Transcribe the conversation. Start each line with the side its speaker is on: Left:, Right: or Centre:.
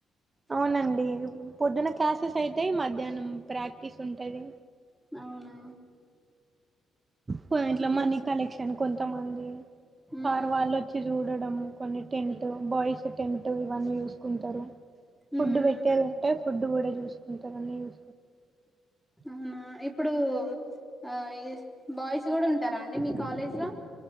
Right: అవునండి పొద్దున క్లాసెస్ అయితాయి మధ్యాహ్నం ప్రాక్టీస్ ఉంటది
Centre: అవునా
Right: కొ ఇంట్లో
Centre: మంచి
Right: మనీ కలెక్షన్ కొంతమంది
Centre: హ్మ్
Right: సార్ వాళ్ళు వచ్చి చూడ కొన్ని టెంట్ బాయ్స్ టెంట్ ఇవన్నీ చూసుకుంటారు
Centre: హ్మ్
Right: ఫుడ్ పెట్టేలా ఉంటాే ఫుడ్ కూడా చూసుకుంటారుని చూ
Centre: అవునా ఇప్పుడు ఆ బాయ్స్ కూడా ఉంటారా అండి మీ కాలేజ్ లో